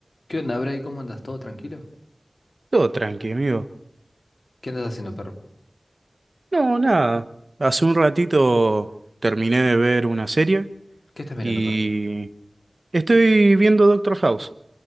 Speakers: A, on the left; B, on the right.
A: ¿Qué onda, Bray? ¿Cómo andas? ¿Todo tranquilo?
B: Todo tranqui, amigo.
A: ¿Qué andas haciendo, perro?
B: No, nada. Hace un ratito terminé de ver una serie
A: ¿Qué estás mirando,
B: y
A: perro?
B: estoy viendo Doctor House.